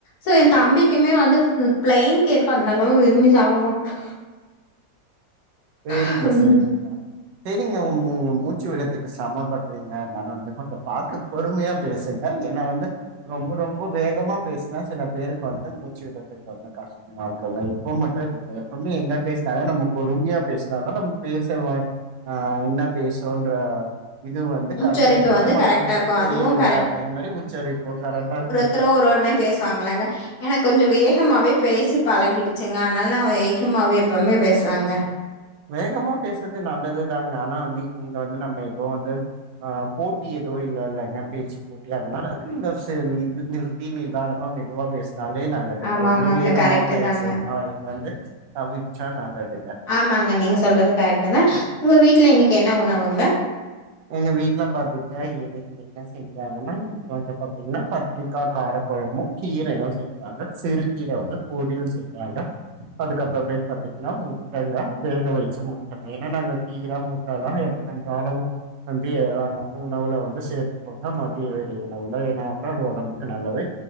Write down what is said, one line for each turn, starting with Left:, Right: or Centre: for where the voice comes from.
Left: சோ எ தம்பிக்குமே வந்து பிளைன் கேக் அந்தளவு விரும்பி சாப்ட மாட்டா
Right: வெரி
Left: மாட்டான்.
Right: குட் சேரிங்கப்பா தெரியுங்க உ உ உங்க மூச்சு விட்றதுக்கு சரம பட்றீங்க அதனால வந்து கொஞ்ச பாத்து பொறுமையா பேசுங் க ஏன்னா வந்து ரொம்ப ரொம்ப வேகமா பேசினா சில பேருக்கு வந்து மூச்சு விட்றதுக்கு கொஞ்ச கஷ் மா இருக்குங்க இப்ப மட்டு இல்ல எப்பவுமே என்ன பேசினாலு நம்ம பொறுமையா பேசுனா தா நமக் பேச வாய்ப் ஆ என்ன பேசணுன்ற இது வந்து
Left: உச்சரிப்பு
Right: கன்டன்ட் வந்து மத்தவங்களுக்கு
Left: கரெக்ட்டா இருக்கும்.
Right: புரியுங்க
Left: அதுவும்
Right: அதே மாரி உச்சரிப்போ கரெக்டா இருக்கா
Left: த்தரு ஒரு ஒரு மாரி பேசுவாங்களங்க எனக்கு கொஞ்சோ வேகமாவே பேசி பழகிடுச்சுங்க அதனால நா வேகமாவே எப்பவுமே பேசுவேங்க
Right: வேகமா பேசுறது நல்லதுதாங்க ஆனா வந்து இங்க வந்து நம்ம எப்பவு வந்து ஆ போட்டி எதோ இல்லங்க பேச்சு போட்டி அதனால அது சோ நின்னு பேசிட்டு நிதானமா போய்ட்டு வா பேசி னாலே நல்லது
Left: ஆமாமாங்க.
Right: தா ரொம்ப வேகமா
Left: கரெக்ட்டு
Right: பேசணும்னா
Left: தாங்க.
Right: இருந்த வந்து தவிர்ச்சா நல்லதுதா
Left: ஆமாங்க நீங்க சொல்றது கரெக்ட்டு தா உங்க வீட்ல இன்னைக்கு என்ன உணவுங்க
Right: எங்க வீட்ல பாத்துக்கிட்டா இன்னிக் என்ன செஞ்சாங்கன்னா இன்னைக்கு வந்து பாத்தீங்கன்னா கத்திரிக்கா காரக்கொழபு கீரையு செஞ் அ சிறுக்கீர வந்து பொரியல் செய்வாங்க அதுக்கப்புறமேட்டு பாத்தீங்கன்னா முட்டங்க வேக வைச்ச முட்டங்க ஏன்னா நாங்க கீர முட்டலா அந்தளவு மதிய நாங்க வந்து உணவுல வந்து சேத்துக்கோங்க மதிய வேலை உணவுல ஏனா அதா உடம்புக்கு நல்லது